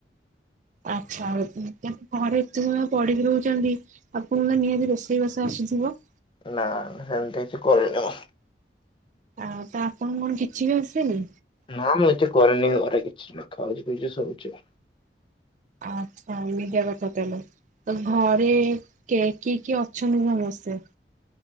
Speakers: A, on the right; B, on the left.
A: ଆଚ୍ଛା ହଉ କିନ୍ତୁ ଘରେ ଏତେ ସମୟ ପଢିକି ରହୁଛନ୍ତି। ଆପଙ୍କୁ ତ ନିହାତି ରୋଷେଇବାସା ଆସିଥିବ?
B: ନା ନା ହେମତି କିଛି କରିନି ମୁଁ।
A: ଆଉ ତା ଆପଣ ଙ୍କୁ କଣ କିଛି ବି ଆସେନି?
B: ନା ମୁଁ ଏତେ କରିରେନି ଘରେ କିଛି ନା ଖାଉଚି ପିଉଚି ଶୋଉଚି।
A: ଆଚ୍ଛା ଏମିତିଆ କଥା ତାହେଲେ। ତ ଘରେ କେ କିଏ କିଏ ଅଛନ୍ତି ସମସ୍ତେ?